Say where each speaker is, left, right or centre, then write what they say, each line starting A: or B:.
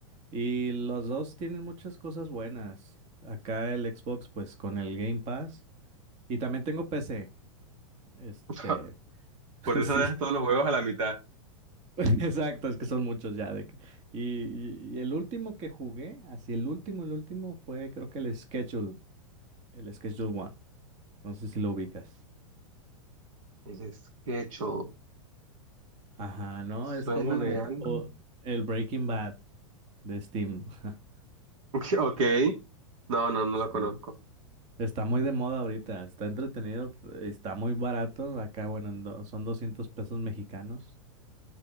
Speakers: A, on the right; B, on the right.
A: Y los dos tienen muchas cosas buenas. Acá el Xbox, pues con el Game Pass. Y también tengo PC. Este,
B: <laughs>
A: <laughs>
B: por eso
A: sí.
B: dejas todos los juegos a la mitad.
A: <laughs> Exacto, es que son muchos ya de que. Y, y- y el último que jugué, así el último, el último fue creo que el Schedule, el Schedule One. No sé si lo ubicas.
B: El Sketcho,
A: Ajá, no,
B: ¿suena
A: es como de
B: de
A: tipo
B: algo? <laughs>
A: el Breaking Bad de Steam. <laughs>
B: Ok, no, no, no
A: Sí.
B: la conozco.
A: Está muy de moda ahorita, está entretenido, está muy barato. Acá, bueno, en do- son 200 pesos mexicanos.